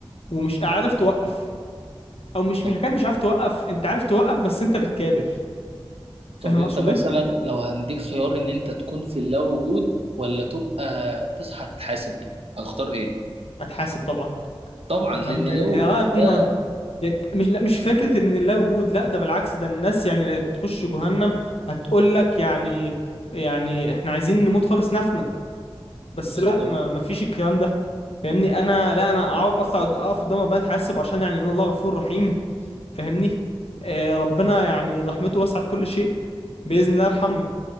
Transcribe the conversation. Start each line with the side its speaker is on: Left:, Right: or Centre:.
Left: ومش عارف توقف او مش
Right: طب
Left: مش حكايه مش عارف توقف انت عارف توقف بس انت بتكابر فاهم
Right: طب انت
Left: اقصد
Right: مثلا
Left: ايه
Right: لو هنديك خيار ان انت تكون في اللا وجود ولا تبقى تصحى تتحاسب هتختار ايه
Left: اتحاسب طبعا
Right: طبعا لان
Left: يا عم
Right: لو
Left: اه
Right: وجود ده
Left: إن... مش لا مش فكرة ان لا وجود لا ده بالعكس ده الناس يعني اللي تخش جهنم هتقول لك يعني يعني احنا عايزين نموت خالص نفنا بس
Right: بالظبط
Left: لا ما ما فيش الكلام ده فاهمني انا لا انا أع- اطلع قد- اقف قدام ربنا اتحاسب عشان يعني ان الله غفور رحيم فاهمني آه ربنا يعني رحمته وسعت كل شيء باذن الله يرحمني